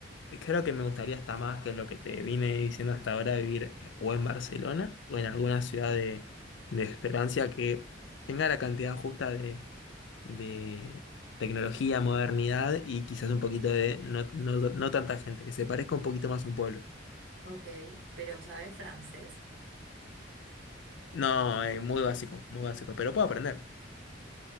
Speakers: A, on the left; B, on the right.
A: Creo que me gustaría hasta más que lo que te vine diciendo hasta ahora, vivir eh, o en Barcelona o en alguna ciudad de, de Francia que tenga la cantidad justa de, de tecnología, modernidad y quizás un poquito de no, no, no tanta gente, que se parezca un poquito más a un pueblo.
B: Ok, pero ¿sabes francés?
A: No, eh, muy básico, muy básico, pero puedo aprender.